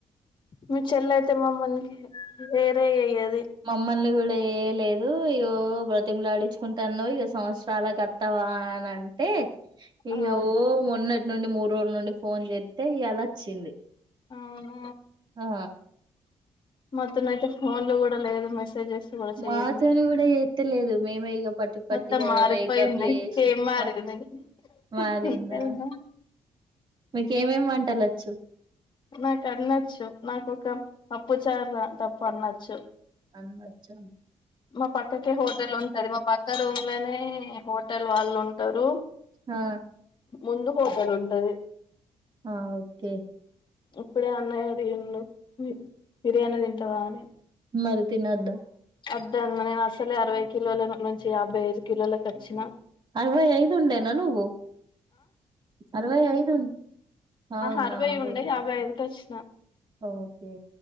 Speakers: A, on the left; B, on the right.
A: మీ చెల్లి అయితే మమ్మల్ని వేరే అయ్యది
B: మమ్మల్ని కూడా ఏ లేదు ఇయ్యో బ్రతిమలాడిు కుంటాను్ ఇక సంవత్సరాల కత్తవా అని అంటే ఇక
A: ఆ
B: ఓ ఉన్న నుండి మూడు రోజుల నుండి ఫోన్ చేస్తే ఇలా వచ్చింది
A: అవునా
B: ఆ
A: మొత్తం అయితే ఫోన్ లో కూడా లేదు మె స్
B: మాతోని
A: చెయదు
B: కూడా చేత్తలేదు మేమే ఇగ పట్టి పట్టిగా
A: మొత్తం మారిపోయింది
B: మేకప్లు ఏసి మా
A: <unintelligible>
B: మారిందా
A: అంతేనా
B: మీక ఏమేమి వంటలచ్చు
A: నాకు అన్నో ఒచు నాకు ఒక అప్పు చార్ తప్పు అనొచ్చు
B: అన్నచ్చం
A: మా పక్కకి హోటల్ ఉంటది మా పక్క రూమ్ లోనే హోటల్ వాళ్ళు ఉంటారు
B: ఆ
A: ముందు పోగాను ఉంటది
B: ఆ ఓకే
A: ఇప్పుడే అన్నాయడిన్న బిర్యానీ తింటావా అని
B: మరి తిన్నోదా
A: వాదన నేను అసలు అరవై కిలోల నుంచి యాభై ఐదు కిలో ఖచ్చచిన
B: అరవై ఐదు ఉండేనా నువ్వు అరవై ఐదు అవునా
A: ఆ అరవై ఉండే యాభై ఐదుకి వచ్చి
B: ఓకే